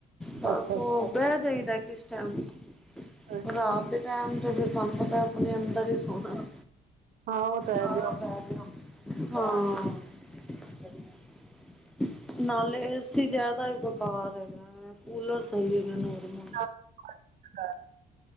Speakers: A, in the centre; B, on the right.
A: ਬਸ
B: ਅੱਛਾ
A: ਉਹ,
B: ਅੱਛਾ
A: ਬਹਿ ਜਾਾਈਦਾ ਕਿਸ ਟਾਈਮ
B: ਅੱਛਾ
A: ਰਾਤ ਦੇ ਟੈਮ ਜਦ ਮਨ ਪਤਾ ਆਪਣੇ ਅੰਦਰ ਹੀ ਸੋਣਾ।
B: ਹਾਂ ਉਹ ਤਾਂ ਹੈ
A: ਆਹ
B: ਜੋ
A: ਉਹ ਡ <unintelligible> ਹਾਂ। <unintelligible> ਨਾਲੇ ਅਸੀਂ ਜ਼ਿਆਦਾ ਹੀ ਬੇਖਾਰ ਹੈਗਾ, ਕੂਲਰ ਸਹੀ ਹੈਗਾ <unintelligible>
B: <unintelligible>